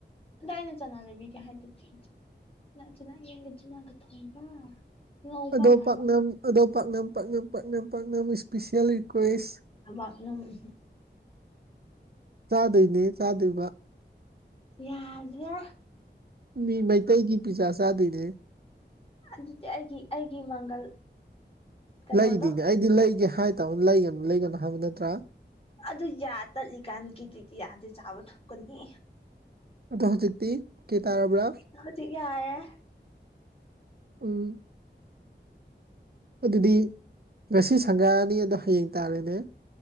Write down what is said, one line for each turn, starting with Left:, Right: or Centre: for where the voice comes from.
Left: ꯑꯗꯥ ꯑꯩꯅ ꯆꯅꯥ ꯂꯩꯕꯤꯒꯦ ꯍꯥꯏꯔꯗꯨꯗꯤ ꯆꯅꯥ ꯌꯦꯟꯒ ꯆꯤꯅꯥꯒ ꯊꯣꯡꯕ ꯉꯧꯕ
Right: ꯑꯗꯣꯝ
Left: ꯍꯥꯏꯕ
Right: ꯄꯥꯛꯅꯝ ꯑꯗꯣ ꯄꯥꯛꯅꯝ ꯄꯥꯛꯅꯝ ꯄꯥꯛꯅꯝ ꯄꯥꯛꯅꯝ ꯏꯁꯄꯤꯁꯦꯜ ꯔꯤꯀ꯭ꯋꯦꯁ
Left: ꯑꯕꯅꯪ <unintelligible>
Right: ꯆꯥꯗꯣꯏꯅꯦ ꯆꯥꯗꯣꯏꯕꯥ
Left: ꯌꯥꯗ꯭ꯔꯦ
Right: ꯃꯤ ꯃꯩꯇꯩꯒꯤ ꯄꯤꯖꯥ ꯆꯥꯗꯣꯏꯅꯦꯍꯦ
Left: ꯑꯗꯨꯗꯤ ꯑꯩꯒꯤ ꯑꯩꯒꯤ ꯃꯪꯒꯜ ꯀꯩꯅꯣꯗꯣ
Right: ꯂꯩꯗꯨꯏꯅꯦ ꯑꯩꯗꯤ ꯂꯩꯒꯦ ꯍꯥꯏꯇꯥꯕ ꯂꯩꯒꯥꯅꯨ ꯂꯩꯒꯥꯅꯨ ꯍꯥꯏꯕ ꯅꯠꯇ꯭ꯔꯥ
Left: ꯑꯗꯨ ꯌꯥ ꯇꯠꯂꯤꯀꯥꯟꯒꯤꯗꯨꯗꯤ ꯌꯥꯗꯥ ꯆꯥꯕ ꯊꯨꯞꯀꯥꯅꯤ
Right: ꯑꯗꯣ ꯍꯧꯖꯤꯛꯇꯤ ꯑꯣꯀꯦ ꯇꯥꯔꯕ꯭ꯔꯥ
Left: ꯍꯧꯖꯤꯛ ꯌꯥꯔꯦ
Right: ꯎꯝ ꯑꯗꯨꯗꯤ ꯉꯁꯤ ꯁꯪꯒꯥꯅꯤ ꯑꯗꯣ ꯍꯌꯦꯡ ꯇꯥꯔꯦꯅꯦ